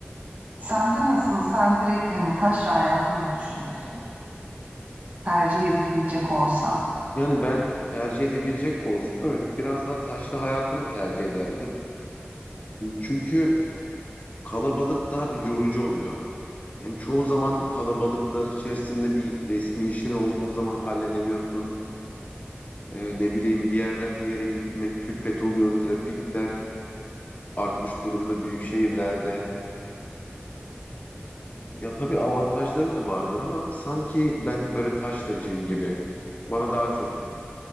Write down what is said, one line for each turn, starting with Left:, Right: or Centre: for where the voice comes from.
Right: Sende nasıl? Sen direkt hani taşra hayatını mı düşünüyorsun? Tercih edilebilecek olsan.
Left: Yani ben tercih edebilecek olsam evet biraz daha taşra hayatını tercih ederdim. Çünkü kalabalıklar yorucu oluyor. Yani çoğu zaman kalabalıklar içerisinde bir resmi işin olduğun zaman halledemiyorsun. Ee, ne bileyim bir yerden bir yere gitmek külfet oluyor, trafikler. artmış durumda büyük şehirlerde. Ya tabii avantajları da vardır ama sanki ben böyle taşlacıyım gibi. Bana daha çok